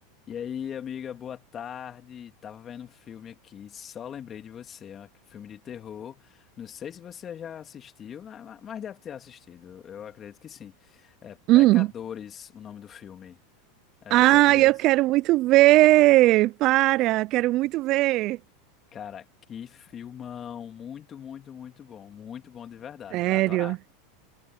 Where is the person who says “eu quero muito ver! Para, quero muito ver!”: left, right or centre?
Right